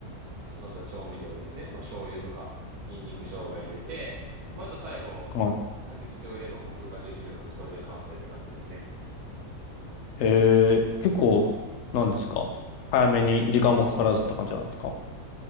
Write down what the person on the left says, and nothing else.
はい
へえ、結構、なんですか早めに時間もかからずって感じなんですか